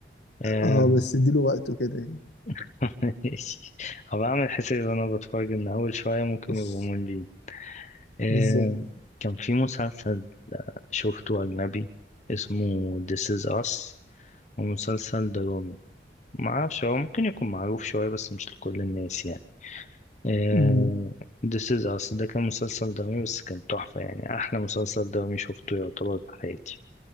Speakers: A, on the left (about 40°); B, on the left (about 85°).
A: آه،
B: اه بس اديله وقته كده يعني
A: <laughs> ماشي هبقى اعمل حسابي وانا بتفرج ان اول شوية ممكن
B: <laughs>
A: يبقوا مملين آه،
B: بالظبط
A: كان في مسلسل شفته أجنبي اسمه This is Us هو مسلسل درامي معرفش هو ممكن يكون معروف شوية بس مش لكل الناس يعني آه،
B: مم.
A: This is Us ده كان مسلسل درامي بس كان تحفة يعني أحلى مسلسل درامي شفته يعتبر في حياتي